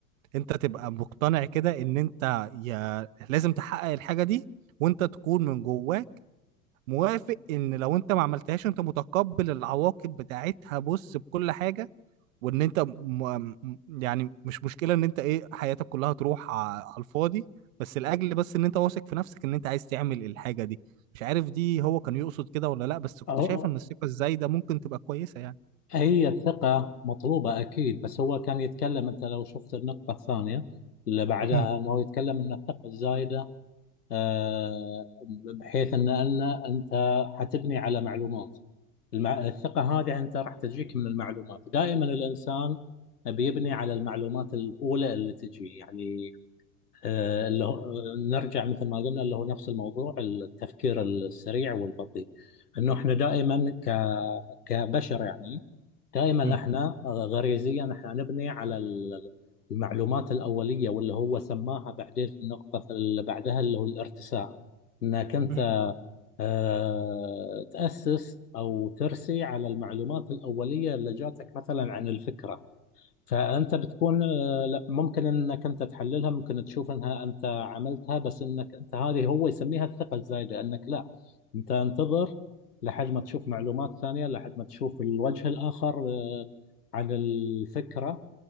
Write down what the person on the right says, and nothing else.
انت تبقى مقتنع كده ان انت يا لازم تحقق الحاجه دي وانت تكون من جواك موافق ان لو انت ما عملتهاش انت متقبل العواقب بتاعتها بص بكل حاجه وان انت م... م- يعني مش مشكله ان انت ايه حياتك كلها تروح ع- على الفاضي بس لاجل بس ان انت واثق في نفسك ان انت عايز تعمل الحاجه دي مش عارف دي هو كان يقصد كده ولا لا بس كنت
شايف ان الثقه الزايده ممكن تبقى كويسه يعني
امم
امم
امم